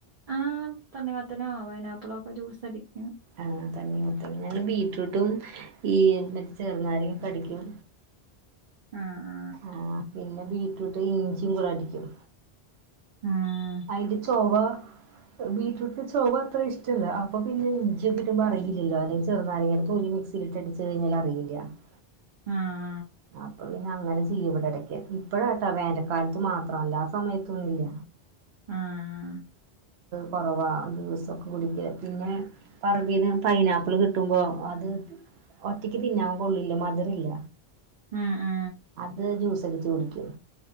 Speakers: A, on the right; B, on the right.
A: ആഹ് തണ്ണിമത്തനോ പൈനാപ്പിളോ ഒക്കെ ജ്യൂസടിക്കും
B: ആഹ് തണ്ണിമത്തൻ ഞങ്ങള് ബീട്രൂട്ടും ഈ മറ്റെ ചെറുനാരങ്ങയൊക്കെ അടിക്കും
A: ആഹ്
B: ആ പിന്നെ ബീറ്റ്റൂട്ട് ഇഞ്ചി കൂടെ അടിക്കും
A: ആഹ്
B: അയി ന്റെ ചോവ ബീറ്റ്റൂട്ടിന്റെ ചോവ അത്ര ഇഷ്ടല്ല അപ്പൊ പിന്നെ ഇഞ്ചിയൊക്കിട്ട് അറിയില്ലാല്ലോ അല്ലങ്കി ചെറുനാരങ്ങടെ തൊലി സിലിട്ടടിച്ച് കഴിഞ്ഞാൽ അറിയില്ല <unintelligible>
A: ആഹ്
B: അപ്പൊ പിന്നെ അങ്ങനെ ചെയ്യും ഇവിടെ ഇടക്ക് ഇപ്പഴാട്ടാ വേനൽക്കാലത്ത് മാത്രം അല്ലാത്ത സമയത്തൊന്നുല്ല
A: ആഹ്
B: കുറവ ജൂസൊക്കെ കുടിക്ക പിന്നെ പറമ്പീന്ന് പൈനാപ്പിൾ കിട്ടുമ്പോ അത് ഒറ്റക്ക് തിന്നാൻ കൊള്ളില്ല മധുരല്ല
A: അഹ് ആഹ്
B: അത് ജ്യൂസ് അടിച്ച് കുടിക്കും